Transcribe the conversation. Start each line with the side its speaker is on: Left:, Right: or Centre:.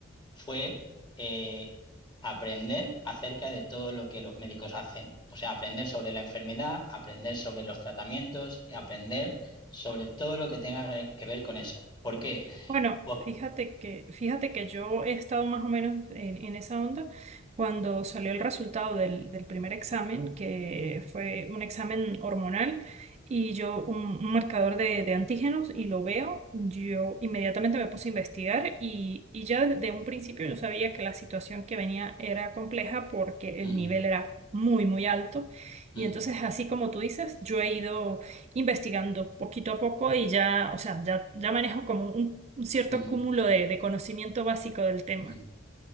Left: fue eh, aprender acerca de todo lo que los médicos hacen. O sea, aprender sobre la enfermedad, aprender sobre los tratamientos y aprender sobre todo lo que tenga que que ver con eso. ¿Por qué?
Right: Bueno,
Left: Pues-
Right: fíjate que, fíjate que yo he estado más o menos en, en esa onda cuando salió el resultado del, del primer examen, que fue un examen hormonal, y yo un, un marcador de, de antígenos, y lo veo, yo inmediatamente me puse a investigar y, y ya desde un principio yo sabía que la situación que venía era compleja porque
Left: Ujú,
Right: el nivel era muy, muy alto.
Left: ujú,
Right: Y entonces, así como tú dices, yo he ido investigando poquito a poco y ya, o sea, ya, ya manejo como un, un cierto
Left: ujú, ujú,
Right: cúmulo de, de conocimiento básico del tema.
Left: ujú.